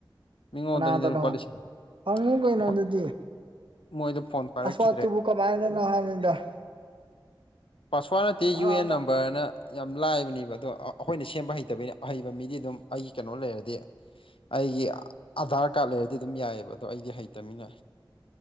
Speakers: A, on the left; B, on the right.
A: ꯃꯤꯉꯣꯟꯗꯅꯤꯅ
B: ꯀꯅꯥꯗꯅꯣ
A: ꯂꯨꯄꯥ ꯂꯤꯁꯤꯡ
B: ꯍꯪꯉꯨ ꯀꯩꯅꯣ
A: ꯑꯍ
B: ꯑꯗꯨꯗꯤ
A: ꯃꯣꯏꯗ ꯐꯣꯟ ꯄꯥꯏꯔꯛꯈꯦ
B: ꯑꯇꯨꯕꯨ ꯀꯃꯥꯏꯅꯅꯣ ꯍꯥꯏꯝꯅꯤꯗ
A: ꯄꯥꯁꯋꯥꯠ ꯅꯠꯇꯦ
B: ꯍꯥꯟꯅ
A: ꯌꯨ ꯑꯦꯟ ꯅꯝꯕꯔꯑꯅ ꯌꯥꯝ ꯂꯥꯏꯕꯅꯤꯕ ꯑꯗꯣ ꯑꯩꯈꯣꯏꯅ ꯁꯦꯝꯕ ꯍꯩꯇꯕꯩꯅꯦ ꯑꯍꯩꯕ ꯃꯤꯗꯤ ꯑꯗꯨꯝ ꯑꯩꯒꯤ ꯀꯩꯅꯣ ꯂꯩꯔꯗꯤ ꯑꯩꯒꯤ ꯑꯙꯥꯔ ꯀꯥꯔꯗ ꯂꯩꯔꯗꯤ ꯑꯗꯨꯝ ꯌꯥꯏꯑꯕ ꯑꯗꯣ ꯑꯩꯗꯤ ꯍꯩꯇꯃꯤꯅ